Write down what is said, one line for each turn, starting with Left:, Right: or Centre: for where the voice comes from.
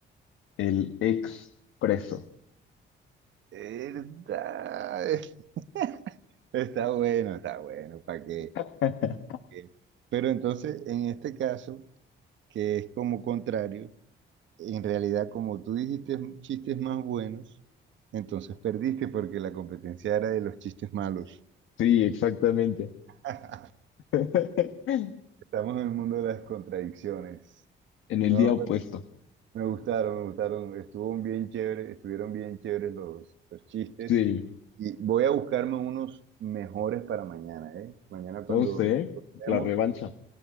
Left: El expreso.
Right: está <laughs> Está bueno, está bueno, ¿para qué?
Left: <laughs>
Right: Eh, Pero entonces, en este caso, que es como contrario, En realidad, como tú dijiste chistes más buenos, entonces perdiste porque la competencia era de los chistes malos.
Left: Sí, exactamente.
Right: <laughs>
Left: <laughs>
Right: Estamos en el mundo de las contradicciones.
Left: En el
Right: No,
Left: día opuesto.
Right: pues, me gustaron, me gustaron. Estuvo bien chévere, estuvieron bien chéveres los, los chistes.
Left: Sí.
Right: Y voy a buscarme unos mejores para mañana, ¿eh? Mañana cuando
Left: Entonces,
Right: nos
Left: ¿eh?
Right: veamos,
Left: la revancha.